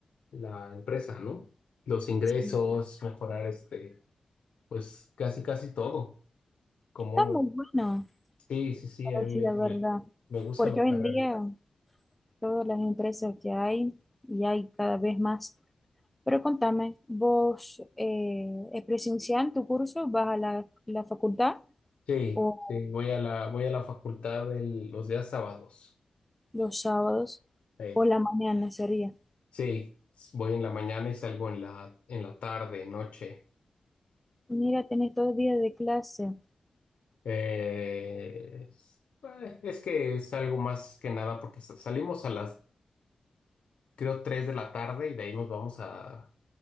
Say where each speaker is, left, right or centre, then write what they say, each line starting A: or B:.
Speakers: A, on the left; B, in the centre.
A: la empresa, ¿no? Los ingresos,
B: Sí.
A: mejorar este, pues casi, casi todo. Como,
B: Está muy bueno,
A: sí, sí, sí,
B: para
A: a
B: decir
A: mí me,
B: la verdad,
A: me, me gusta
B: porque
A: mi
B: hoy
A: carrera.
B: en día todas las empresas que hay y hay cada vez más. Pero contame, ¿vos eh, es presencial tu curso? ¿Vas a la, la facultad
A: Sí,
B: o
A: sí, voy a la, voy a la facultad el- los días sábados.
B: los sábados
A: Eh,
B: o la mañana sería?
A: sí, s- voy en la mañana y salgo en la, en la tarde, noche.
B: Mira, tenés dos días de clase.
A: Eh, es eh, es que salgo más que nada porque sa- salimos a las, creo, 3 de la tarde y de ahí nos vamos a,